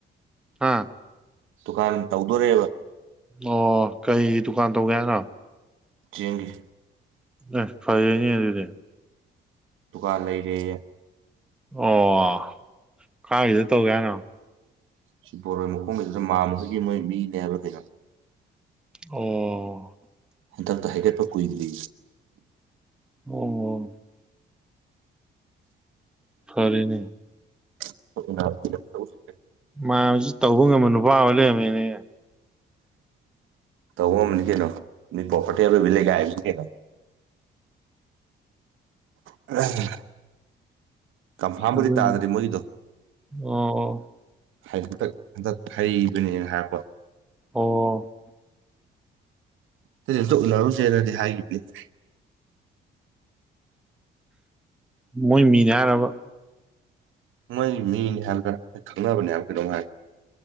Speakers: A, in the centre; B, on the right.
A: ꯑꯥ
B: ꯗꯨꯀꯥꯟ ꯇꯧꯗꯣꯔꯦꯕ
A: ꯑꯣ ꯀꯩ ꯗꯨꯀꯥꯟ ꯇꯧꯒꯦ ꯍꯥꯏꯅ
B: ꯆꯦꯡꯒꯤ
A: ꯑꯦ ꯐꯩꯑꯦꯅꯦ ꯑꯗꯨꯗꯤ
B: ꯗꯨꯀꯥꯟ ꯂꯩꯔꯦꯌꯦ
A: ꯑꯣ ꯀꯥꯏꯗ ꯇꯧꯒꯦ ꯍꯥꯏꯅꯣ
B: ꯁꯤ ꯕꯣꯔꯣꯏ ꯃꯈꯣꯡ ꯂꯩꯗꯨꯅ ꯃꯥꯃ ꯈꯩꯒꯤ ꯃꯣꯏ ꯃꯤꯅꯦ ꯍꯥꯏꯕ꯭ꯔꯥ ꯑꯩꯅꯣ
A: ꯑꯣ
B: ꯍꯦꯟꯊꯟꯇ ꯍꯥꯏꯒꯠꯄ ꯀꯨꯏꯗꯔ꯭ꯤ
A: ꯑꯣ ꯐꯔꯦꯅꯦ
B: <unintelligible>
A: ꯃꯥꯃꯥ ꯁꯤꯖꯨ ꯇꯧꯕ ꯉꯝꯕ ꯅꯨꯄꯥ ꯑꯣꯏ ꯂꯩꯔꯝꯃꯦꯅꯦ
B: ꯇꯧꯕ ꯉꯝꯕꯅꯤ ꯀꯩꯅꯣ ꯃꯤ ꯄꯣꯄꯔꯇꯤ ꯑꯔꯣꯏꯕꯤ ꯂꯩꯒꯥꯏꯕꯤꯅꯤ ꯀꯩꯅꯣ <unintelligible> ꯀꯝꯐꯥꯝꯕꯨꯗꯤ
A: ꯑꯗꯨꯅꯤ
B: ꯇꯥꯗ꯭ꯔꯤ ꯃꯣꯏꯗꯣ
A: ꯑꯣ
B: ꯍꯥꯏꯇꯛ ꯍꯟꯗꯛ ꯍꯩꯕꯅꯦꯅ ꯍꯥꯏꯔꯛꯄ
A: ꯑꯣ
B: ꯑꯩꯅꯁꯨ ꯎꯅꯔꯨꯁꯦ ꯅꯗꯤ ꯍꯥꯏꯈꯤꯕꯅꯤ
A: ꯃꯣꯏ ꯃꯤꯅꯦ ꯌꯥꯕ
B: ꯃꯣꯏ ꯃꯤꯅꯦ ꯍꯥꯏꯕ꯭ꯔꯥ ꯈꯪꯅꯕꯅꯦ ꯍꯥꯏꯕ꯭ꯔꯥ ꯀꯩꯅꯣꯝ ꯍꯥꯏ